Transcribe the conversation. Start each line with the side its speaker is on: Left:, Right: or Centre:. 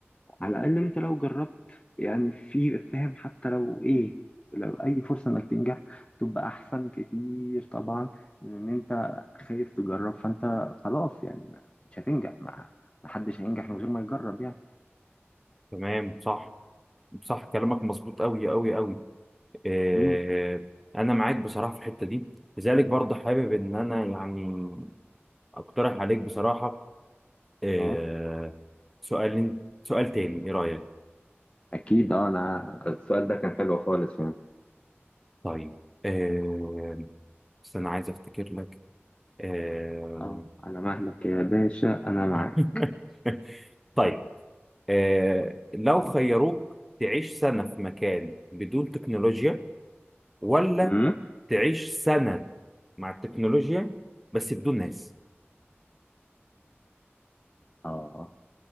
Left: على الأقل أنت لو جربت يعني في فاهم حتى لو إيه لو أي فرصة إنك تنجح تبقى أحسن كتير طبعا من إن أنت خايف تجرب فأنت خلاص يعني مش هتنجح ما ما حدش هينجح من غير ما يجرب يعني
Centre: تمام صح صح كلامك مظبوط قوي قوي قوي آه
Left: مم.
Centre: انا معاك بصراحه في الحته دي لذلك برضه حابب ان انا يعني اقترح عليك بصراحه آه
Left: أه
Centre: سؤال سؤال تاني ايه رايك
Left: أكيد أه أنا السؤال ده كان حلو خالص يعني
Centre: طيب آه بس انا عايز افتكر لك آه
Left: أه على مهلك يا باشا أنا معاك
Centre: <laughs> طيب آه لو خيروك تعيش سنة في مكان بدون تكنولوجيا ولا
Left: امم
Centre: تعيش سنة مع التكنولوجيا بس بدون ناس
Left: أه